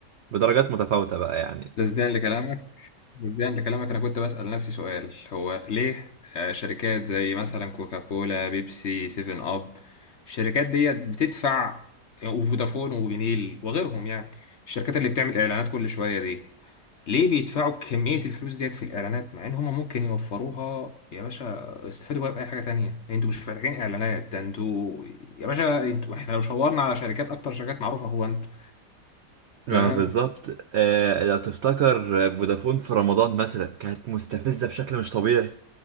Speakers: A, on the right; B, on the left.
A: بدرجات متفاوته بقى يعني
B: تصديقا لكلامك مجديا لكلامك انا كنت بسأل نفسي سؤال هو ليه آه، شركات زي مثلا كوكاكولا بيبسي سيفن اب الشركات ديت بتدفع وفودافون وبنيل وغيرهم يعني الشركات اللي بتعمل اعلانات كل شوية دي ليه بيدفعوا كمية الفلوس ديت في الإعلانات مع إن هما ممكن يوفروها يا باشا استفادوا بقى بأي حاجة تانية أنتوا مش محتاجين إعلانات ده أنتوا يا باشا أنتوا إحنا لو شاورنا على شركات أكتر شركات معروفة هو أنتوا
A: ما
B: تمام
A: بالظبط آه لو تفتكر فودافون في رمضان مثلا كانت مستفزة بشكل مش طبيعي